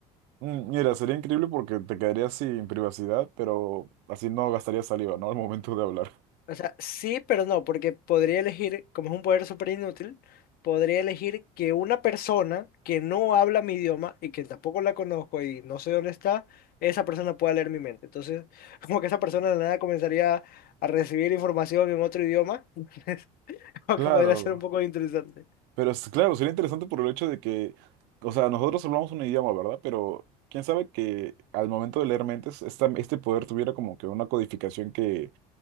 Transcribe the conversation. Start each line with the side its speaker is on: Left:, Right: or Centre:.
Right: Mm, Mira, sería increíble porque te quedarías sin privacidad, pero así no gastarías saliva, ¿no? <laughs> Al momento de hablar.
Left: O sea, sí, pero no, porque podría elegir, como es un poder súper inútil, podría elegir que una persona que no habla mi idioma y que tampoco la conozco y no sé dónde está, esa persona pueda leer mi mente. Entonces, <laughs> como que esa persona de la nada comenzaría a recibir información en otro idioma, <laughs> entonces, como
Right: Claro,
Left: que podría ser un poco interesante.
Right: pero es, claro, sería interesante por el hecho de que, o sea, nosotros hablamos un idioma, ¿verdad? Pero quién sabe que al momento de leer mentes, esta- este poder tuviera como que una codificación que